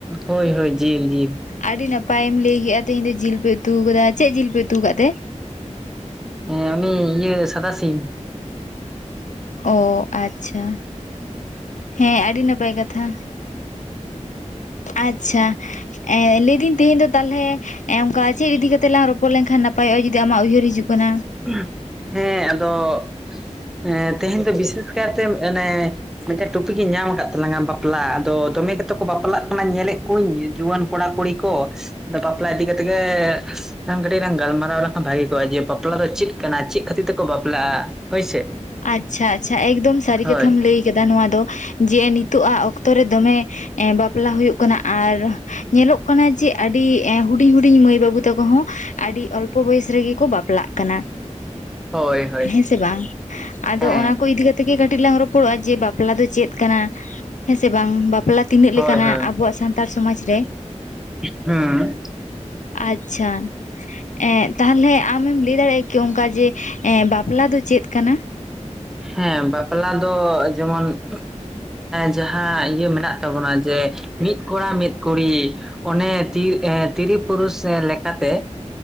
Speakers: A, in the centre; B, on the left.
A: ᱦᱳᱭ ᱦᱳᱭ ᱡᱤᱞ ᱡᱤᱞ
B: ᱟᱹᱰᱤ ᱱᱟᱯ ᱱᱟᱯᱟᱭᱮᱢ ᱞᱟᱹᱭ ᱠᱮᱫᱟ ᱛᱮᱦᱮᱧ ᱫᱚ ᱡᱤᱞ ᱯᱮ ᱩᱛᱩ ᱠᱟᱫᱟ ᱪᱮᱫ ᱡᱤᱞ ᱯᱮ ᱩᱛᱩ ᱟᱠᱟᱫ ᱛᱮ
A: ᱦᱮᱸ ᱩᱱᱤ ᱤᱭᱟᱹ ᱥᱟᱫᱟ ᱥᱤ
B: ᱚ ᱟᱪᱪᱷᱟ ᱦᱮᱸ ᱟᱹᱰᱤ ᱱᱟᱯᱟᱭ ᱠᱟᱛᱷᱟ ᱟᱪᱷᱟ ᱮ ᱞᱟᱹᱭᱫᱟᱹᱧ ᱛᱮᱦᱮᱧ ᱫᱚ ᱛᱟᱦᱞᱮ ᱚᱱᱠᱟ ᱪᱮᱫ ᱤᱫᱤ ᱠᱟᱛᱮᱜ ᱞᱟᱝ ᱨᱚᱯᱚᱲ ᱞᱮᱱᱠᱷᱟᱱ ᱱᱟᱯᱟᱭᱚᱜᱼᱟ ᱡᱩᱫᱤ ᱟᱢᱟᱜ ᱩᱭᱦᱟᱹᱨ ᱦᱤᱡᱩᱜ ᱠᱟᱱᱟ
A: <unintelligible> ᱦᱮᱸ ᱟᱫᱚ
B: <inaudible>
A: ᱛᱮᱦᱮᱧ ᱫᱚ ᱵᱤᱥᱮᱥ ᱠᱟᱭ ᱛᱮ ᱢᱟᱱᱮ ᱢᱤᱫᱴᱮᱱ ᱴᱚᱯᱤᱠᱤᱧ ᱧᱟᱢ ᱟᱠᱟᱫ ᱛᱟᱞᱟᱝᱼᱟ ᱵᱟᱯᱞᱟ ᱟᱫᱚ ᱫᱚᱢᱮ ᱤ ᱠᱟᱛᱮ ᱠᱚ ᱵᱟᱯᱞᱟᱜ ᱠᱟᱱᱟ ᱧᱮᱞᱮᱫ ᱠᱚᱣᱟᱧ ᱡᱩᱣᱟᱹᱱ ᱠᱚᱲᱟ ᱠᱩᱲᱤ ᱠᱚ, ᱟ ᱵᱟᱯᱞᱟ ᱤᱫᱤ ᱠᱟᱛᱮ ᱜᱮ ᱟ ᱠᱟᱹᱴᱤᱡ ᱞᱟᱝ ᱜᱟᱞᱢᱟᱨᱟᱣ ᱞᱮᱠᱷᱟᱱ ᱵᱷᱟᱜᱤ ᱠᱚᱜᱼᱟ ᱡᱮ ᱵᱟᱯᱞᱟ ᱫᱚ ᱪᱮᱫ ᱠᱟᱱᱟ ᱪᱮᱫ ᱠᱷᱟᱹᱛᱤᱨ ᱛᱮᱠᱚ ᱵᱟᱯᱞᱟᱜᱼᱟ ᱦᱳᱭ ᱥᱮ
B: ᱟᱪᱪᱷᱟ ᱟᱪᱪᱷᱟ ᱮᱠᱫᱚᱢ ᱥᱟᱹᱨᱤ
A: ᱦᱳᱭ
B: ᱠᱟᱛᱷᱟᱢ ᱞᱟᱹᱭ ᱟᱠᱟᱫᱟ ᱱᱚᱣᱟ ᱫᱚ ᱾ ᱡᱮ ᱱᱤᱛᱚᱜᱟᱜ ᱚᱠᱛᱚ ᱨᱮ ᱫᱚᱢᱮ ᱵᱟᱯᱞᱟ ᱦᱩᱭᱩᱜ ᱠᱟᱱᱟ ᱟᱨ ᱧᱮᱞᱚᱜ ᱠᱟᱱᱟ ᱡᱮ ᱟᱹᱰᱤ ᱟᱹᱰᱤ ᱦᱩᱰᱤᱧ ᱦᱩᱰᱤᱧ ᱢᱟᱹᱭ ᱵᱟᱹᱵᱩ ᱛᱟᱠᱚ ᱦᱚᱸ ᱾ ᱟᱹᱰᱤ ᱚᱞᱯᱚ ᱵᱚᱭᱚᱥ ᱨᱮᱜᱮ ᱠᱚ ᱵᱟᱯᱞᱟᱜ ᱠᱟᱱᱟ ᱾
A: ᱦᱳᱭ ᱦᱳᱭ
B: ᱦᱮᱸᱥᱮ ᱵᱟᱝ ᱟᱫᱚ
A: ᱦᱮᱸ
B: ᱚᱱᱟ ᱠᱚ ᱤᱫᱤ ᱠᱟᱛᱮ ᱠᱟᱹᱴᱤᱡ ᱞᱟᱝ ᱨᱚᱯᱚᱲᱚᱜᱼᱟ ᱡᱮ ᱵᱟᱯᱞᱟ ᱫᱚ ᱪᱮᱫ ᱠᱟᱱᱟ ᱦᱮᱸᱥᱮ ᱵᱟᱝ ᱵᱟᱯᱞᱟ ᱛᱤᱱᱟᱹᱜ
A: ᱦᱳᱭ
B: ᱞᱮᱠᱟᱱᱟᱜ
A: ᱦᱳᱭ
B: ᱟᱵᱚᱣᱟᱜ ᱥᱟᱱᱛᱟᱲ ᱥᱚᱢᱟᱡᱽ ᱨᱮ?
A: ᱦᱩᱸ
B: ᱟᱪᱪᱷᱟ ᱮᱸ, ᱛᱟᱦᱞᱮ ᱟᱢᱮᱢ ᱞᱟᱹᱭ ᱫᱟᱲᱮᱭᱟᱜᱼᱟ ᱠᱤ ᱚᱱᱠᱟ ᱡᱮ ᱮ ᱵᱟᱯᱞᱟ ᱫᱚ ᱪᱮᱫ ᱠᱟᱱᱟ
A: ᱦᱮᱸ ᱵᱟᱯᱞᱟ ᱫᱚ ᱡᱮᱢᱚᱱ ᱡᱟᱦᱟᱸ ᱤᱭᱟᱹ ᱢᱮᱱᱟᱜ ᱛᱟᱵᱚᱱᱟ ᱡᱮ ᱢᱤᱫ ᱠᱚᱲᱟ ᱢᱤᱫ ᱠᱩᱲᱤ ᱚᱱᱮ ᱛᱤ ᱛᱤᱨᱤ ᱯᱩᱨᱩᱥ ᱞᱮᱠᱟ ᱛᱮ